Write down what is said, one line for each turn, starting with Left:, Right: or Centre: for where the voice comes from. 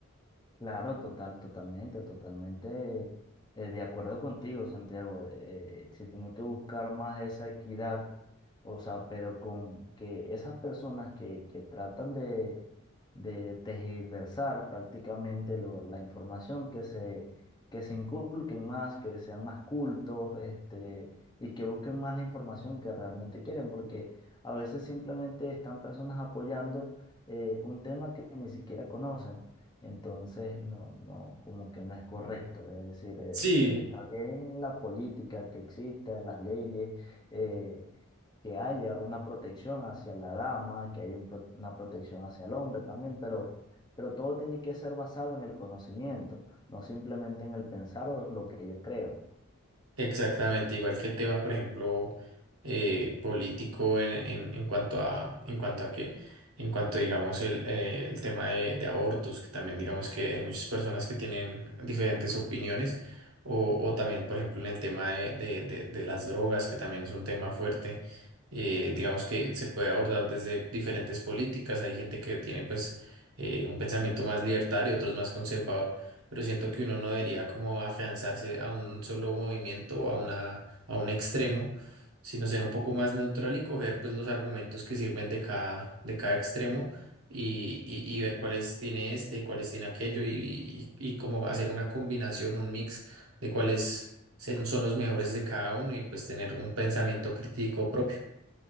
Left: Claro, total, totalmente, totalmente eh, de acuerdo contigo, Santiago. eh, se tiene que buscar más esa equidad, o sea, pero con que esas personas que, que tratan de, de tergiversar prácticamente lo- la información, que se, que se inculquen más, que sean más cultos, este, y que busquen más la información que realmente quieren, porque a veces simplemente están personas apoyando eh, un tema que ni siquiera conocen. Entonces, no, no, como que no es correcto. Es decir, eh,
Right: Sí,
Left: está bien la política que exista, las leyes, eh, que haya una protección hacia la dama, que haya un pro- una protección hacia el hombre también, pero, pero todo tiene que ser basado en el conocimiento, no simplemente en el pensar o lo que yo creo.
Right: Exactamente, igual que el tema, por ejemplo, eh, político en, en, en cuanto a, en cuanto a que, en cuanto, digamos, el, eh, el tema de, de abortos, que también digamos que hay muchas personas que tienen diferentes opiniones, o, o también, por ejemplo, en el tema de, de, de, de las drogas, que también es un tema fuerte, eh, digamos que se puede abordar desde diferentes políticas, hay gente que tiene pues eh, un pensamiento más libertario, otros más conservador pero siento que uno no debería como afianzarse a un solo movimiento o a una, a un extremo, sino ser un poco más neutral y coger pues los argumentos que sirven de cada, de cada extremo y, y, y ver cuáles tiene este, cuáles tiene aquello y, y, y como hacer una combinación, un mix de cuáles ser- son los mejores de cada uno y pues tener un pensamiento crítico propio.